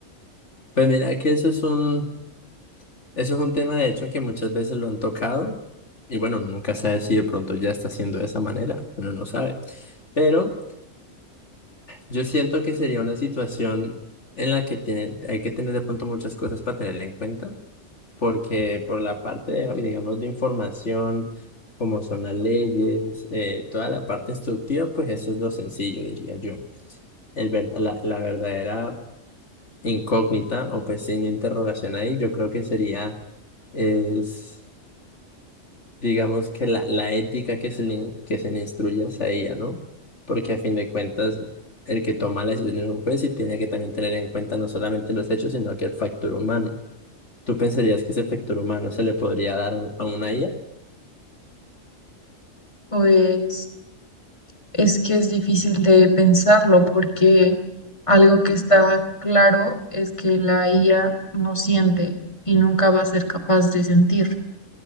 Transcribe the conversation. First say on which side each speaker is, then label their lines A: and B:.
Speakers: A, on the left; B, on the left.
A: pues mira que eso es un, eso es un tema de hecho que muchas veces lo han tocado y bueno, uno nunca sabe si de pronto ya está haciendo de esa manera, uno no sabe. Pero yo siento que sería una situación en la que tiene, hay que tener de pronto muchas cosas para tener en cuenta porque por la parte, de, digamos, de información, como son las leyes, eh, toda la parte instructiva, pues eso es lo sencillo, diría yo. El ver- la, la verdadera incógnita o pues sin interrogación ahí, yo creo que sería, es, digamos que la, la ética que se le, in- que se le instruye hacia ella, ¿no? Porque a fin de cuentas, el que toma la decisión es un juez y tiene que también tener en cuenta no solamente los hechos, sino que el factor humano. ¿Tú pensarías que ese factor humano se le podría dar a a una IA?
B: Pues es que es difícil de pensarlo porque algo que está claro es que la IA no siente y nunca va a ser capaz de sentir.